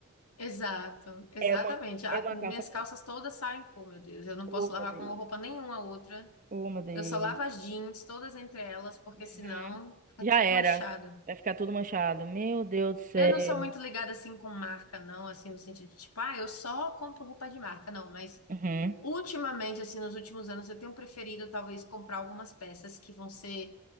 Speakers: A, on the left; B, on the right.
A: Exato, exatamente.
B: É uma,
A: A-
B: é uma
A: minhas
B: calça
A: calças
B: boa.
A: todas saem com, meu Deus. Eu não
B: Oh,
A: posso
B: meu
A: lavar
B: Deus.
A: com roupa nenhuma outra.
B: Oh, meu Deus.
A: Eu só lavo as jeans, todas entre elas, porque
B: Uhum.
A: senão fica
B: Já
A: tudo
B: era.
A: manchado.
B: Vai ficar tudo manchado. Meu Deus do céu.
A: Eu não sou muito ligada assim com marca, não, assim, no sentido de tipo, ah, eu só compro roupa de marca, não, mas
B: Uhum,
A: ultimamente, assim, nos últimos anos, eu tenho preferido talvez comprar algumas peças que vão ser